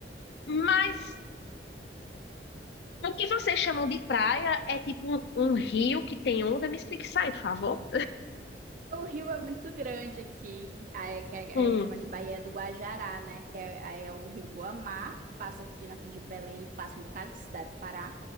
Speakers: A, on the left; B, on the right.
A: Mas, o que vocês chamam de praia é tipo um, um rio que tem onda? Me explique isso aí, por favor.
B: O rio é muito grande aqui, aí que a
A: Hum,
B: gente chama de Baía do Guajará, né? Que é, aí é o rio Guamá, que passa aqui na frente de Belém e passa em um bocado de cidade do Pará.